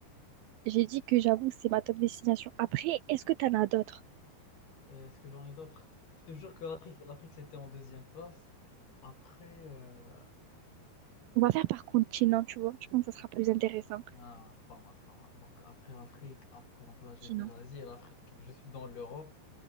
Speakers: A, on the right; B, on the left.
A: J'ai dit que j'avoue, c'est ma top destination. Après, est-ce que t'en as d'autres?
B: Euh, Est-ce que j'en ai d'autres? Je te jure que l'Afrique, l'Afrique, c'était en deuxième place. Après, euh,
A: On va faire par continent, tu vois. Je pense que ça sera plus intéressant.
B: ah, pas mal, pas mal. Donc après l'Afrique, après, donc là j'ai
A: Continent.
B: dit l'Asie et l'Afrique. Je suis dans l'Europe.